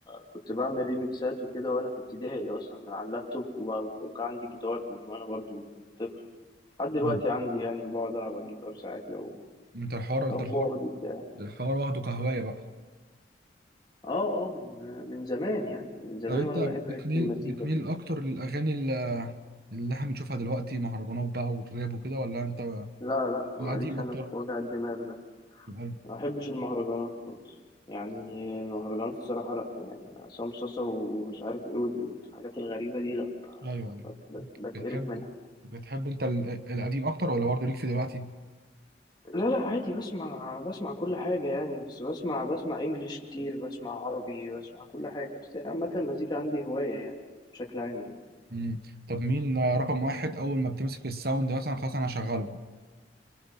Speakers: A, on the left; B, on the right.
A: كنت بعمل ريميكسات وكده وانا في ابتدائي اصلا من على اللابتوب وب... وكان عندي جيتار من وانا برضو طفل لحد دلوقتي
B: ايوه
A: عندي يعني وبقعد العب على الجيتار ساعات لو
B: انت الحوار
A: لو
B: انت الحوار
A: فاضي بتاع
B: الحوار واخده كهوايه بقى
A: اه اه من من زمان يعني من زمان
B: طب انت
A: وانا بحب
B: بتميل
A: حتة المزيكا
B: بتميل
A: دي
B: اكتر للاغاني ال- اللي احنا بنشوفها دلوقتي مهرجانات بقى والراب وكده ولا انت
A: لا لا معليش
B: القديم اكتر؟
A: انا في وجع الدماغ ده
B: القديم.
A: ما بحبش المهرجانات خالص يعني المهرجانات الصراحة لا يعني عصام صاصا ومش عارف ايه والحاجات الغريبة دي لا ب-
B: ايوه ايوه
A: ب- ب- بتقرف
B: بتحب
A: منها
B: بتحب انت ال- القديم اكتر ولا برضه ليك في دلوقتي
A: لا لا عادي بسمع بسمع كل حاجة يعني بس بسمع بسمع انجليش كتير بسمع عربي بسمع كل حاجة بس عامة المزيكا عندي هواية يعني بشكل عام يعني
B: مم. طب مين رقم واحد اول ما بتمسك الساوند مثلا خلاص انا هشغله